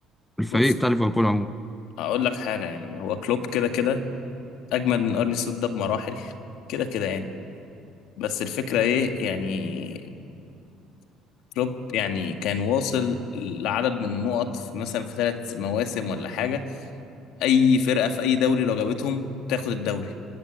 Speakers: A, in the centre; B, on the left.
A: والفريق
B: بص
A: بتاع ليفربول عموما
B: هقول لك حاجة يعني هو كلوب كده كده اجمل من ارني سلوت ده بمراحل كده كده يعني بس الفكرة ايه يعني كلوب يعني كان واصل لعدد من النقط في- مثلا في ثلاث مواسم ولا حاجة اي فرقة في اي دوري لو جابتهم تاخد الدوري